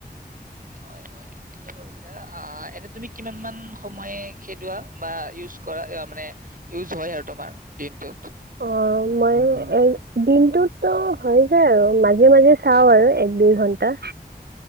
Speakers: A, on the right (about 55°); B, on the right (about 75°).
A: হয়, হয়, ঠিকে কৰিছা। অ', এনে তুমি কিমান মান সময়ে খেদোৱা বা ইউজ কৰা? মানে, ইউজ হয় আৰু তোমাৰ, দিনটোত।
B: অ' মই এ দিনটোতো হৈ যায় আৰু মাজে মাজে চাও আৰু এক দুই ঘন্টা।